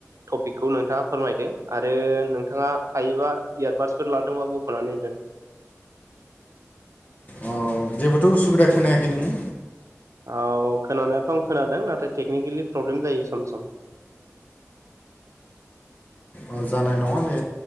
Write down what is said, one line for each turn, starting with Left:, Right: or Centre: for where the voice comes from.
Right: टपिकखौ नोंथाङा फोरमायदों आरो नोंथाङा हायोबा इयारबादसफोर लादोंबा बख'नानै दोन
Left: अ जेबोथ' उसुबिदा खोनायाखै नोङो
Right: औ खोनानायाथ' आं खोनादों नाथाय टेकनिकेलि प्रब्लेम जायो सम सम
Left: ओ जानाय नङा दे